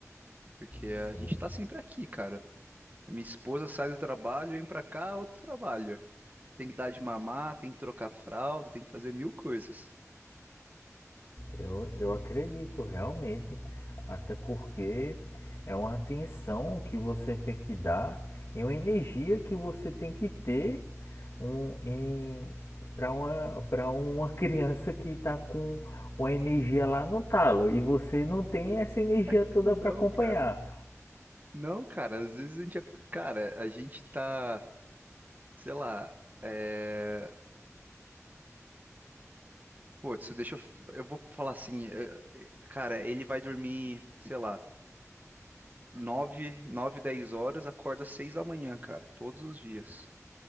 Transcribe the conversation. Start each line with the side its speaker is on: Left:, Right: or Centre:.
Right: Porque a
Left: Sim.
Right: gente tá sempre aqui, cara. Minha esposa sai do trabalho, vem pra cá, outro trabalho. Tem que dar de mamar, tem que trocar fralda, tem que fazer mil coisas.
Left: Eu, eu acredito realmente, até porque é uma atenção que você tem que dar e uma energia que você tem que ter um, para uma, pra uma <laughs> criança que está com uma energia lá no talo e você não tem essa energia
Right: <laughs>
Left: toda
Right: Não,
Left: para acompanhar.
Right: cara. Não, cara, às vezes a gente, é- cara, a gente tá, sei lá, é... Putz, deixa eu, f- eu vou falar assim, é, cara, ele vai dormir, sei lá, nove, nove, dez horas, acorda seis da manhã, cara, todos os dias.